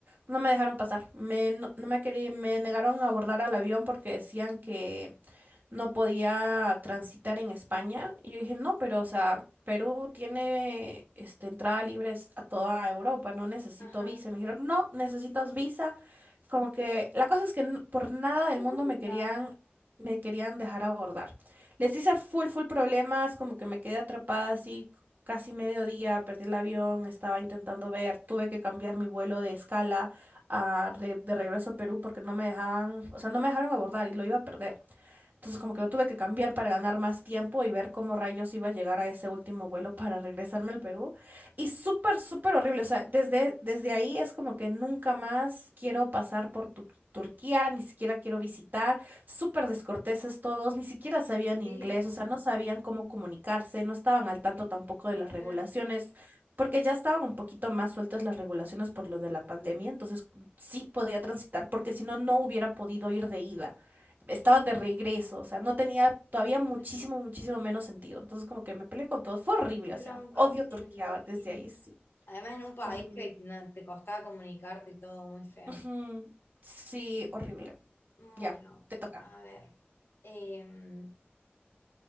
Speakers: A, on the right; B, on the left.
A: no me dejaron pasar. Me, no, no me querí- me negaron a abordar al avión porque decían que no podía transitar en España. Y yo dije, no, pero, o sea, Perú tiene este, entrada libre a toda Europa, no necesito
B: Ajá.
A: visa. Y me dijeron, no, necesitas visa. Como que la cosa es que n- por nada
B: ¿Qué
A: del mundo
B: onda?
A: me querían, me querían dejar abordar. Les hice full, full problemas, como que me quedé atrapada así casi mediodía, perdí el avión, estaba intentando ver, tuve que cambiar mi vuelo de escala a re- de regreso a Perú porque no me dejaban, o sea, no me dejaron abordar y lo iba a perder. Entonces como que lo tuve que cambiar para ganar más tiempo y ver cómo rayos iba a llegar a ese último vuelo para regresarme al Perú. Y súper, súper horrible. O sea, desde, desde ahí es como que nunca más quiero pasar por Tu- Turquía, ni siquiera quiero visitar. Súper descorteses todos, ni siquiera sabían
B: Feo.
A: inglés, o sea, no sabían cómo comunicarse, no estaban al tanto tampoco de las regulaciones.
B: Claro,
A: Porque ya estaban un poquito más sueltas las regulaciones por lo de la pandemia, entonces sí podía transitar, porque si no, no hubiera podido ir de ida estaba de regreso, o sea, no tenía todavía muchísimo,
B: claro.
A: muchísimo menos sentido. Entonces, como que me peleé con todos, fue horrible,
B: Qué
A: o sea,
B: bronca,
A: odio
B: sí,
A: Turquía
B: me imagino.
A: desde ahí, sí,
B: Además, en un país
A: horrible.
B: que no- te costaba comunicarte y todo muy feo.
A: Ujú, Sí, horrible.
B: Bueno,
A: Ya, te toca.
B: a ver. Em,